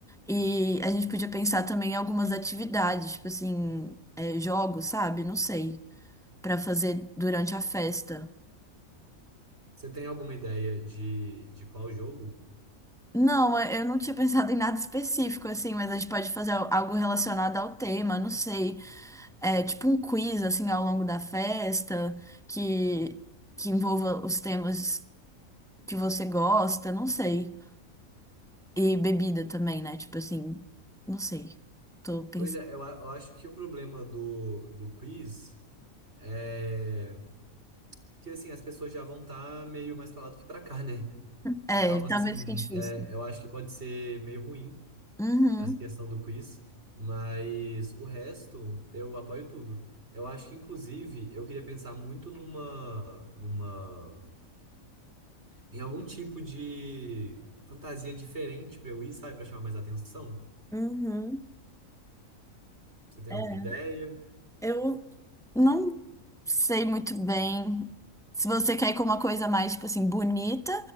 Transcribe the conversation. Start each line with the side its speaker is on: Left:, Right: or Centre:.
Centre: E a gente podia pensar também em algumas atividades, tipo assim, é, jogos, sabe? Não sei, pra fazer durante a festa.
Right: Você tem alguma ideia de, de qual jogo?
Centre: Não, eu eu não tinha <laughs> pensado em nada específico, assim, mas a gente pode fazer al- algo relacionado ao tema, não sei. é, tipo um quiz assim ao longo da festa que que envolva os temas que você gosta, não sei. E bebida também, né? Tipo assim, não sei. Tô pensando.
Right: Pois é, eu, a- eu acho que o problema do, do quiz é que assim, as pessoas já vão estar meio mais pra lá do que pra cá, né?
Centre: É,
Right: Então,
Centre: talvez
Right: assim,
Centre: fique difícil.
Right: é, eu acho que pode ser meio ruim.
Centre: Uhum.
Right: essa questão do quiz, mas o resto eu apoio tudo. Eu acho que, inclusive, eu queria pensar muito numa, numa, em algum tipo de fantasia diferente pra eu ir, sabe, pra chamar mais atenção.
Centre: Uhum.
Right: Você tem
Centre: É,
Right: alguma ideia?
Centre: eu Não sei muito bem se você quer ir com uma coisa mais, tipo assim, bonita